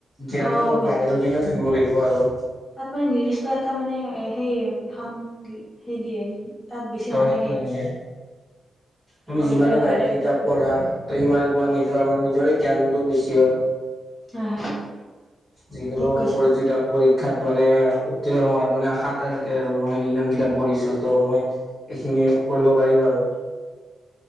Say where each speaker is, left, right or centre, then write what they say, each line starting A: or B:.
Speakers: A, on the right; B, in the centre.
A: জ্ঞানতো
B: অ
A: অলপ
B: বুজিছো
A: বাহিৰৰ পিনেও থাকিব লাগিব আৰু
B: তাত মানে নিৰ্দিষ্ট এটা মানে সেই এখন হেই দিয়ে। তাত বেছি
A: ত
B: নাথাকে।
A: সেইটো নিদিয়ে তুমি
B: অ
A: যিমানে
B: সেইকাৰণে
A: বাহিৰা কিতাপ
B: পঢ়িব
A: পঢ়া
B: লাগে
A: তোৰ সিমানে তোমাৰ
B: হয়
A: নিজৰ মানে ৰে জ্ঞানটো বেছি হয়।
B: হয়, হয়।
A: যিকোনো
B: ঠিক কৈছা
A: পঞ্জিকা পঢ়ি পৰীক্ষাত মানে উত্তীৰ্ণ হোৱাত মানে হাত এটা থাকে আৰু মই এই ইমানকিটা কিতাপ পঢ়িছো তোৰ মই এইখিনি কৰিব পাৰিম আৰু